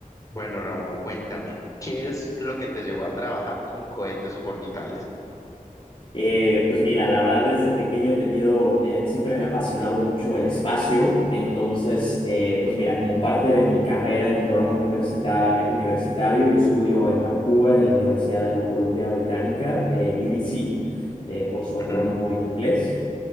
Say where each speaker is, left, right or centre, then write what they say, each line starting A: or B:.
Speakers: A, on the left; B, on the left.
A: Bueno, Raúl, cuéntame, ¿qué es lo que te llevó a trabajar con cohetes suborbitales?
B: Eh, pues mira, la verdad desde pequeño he tenido, me- siempre me ha apasionado mucho el espacio, entonces, eh, pues mira, como parte de mi carrera en mi programa universita- eh, universitario, yo estudio en Vancouver, en la Universidad de la Columbia Británica, eh, UBC, eh, por su acrónimo
A: Ujú,
B: en inglés.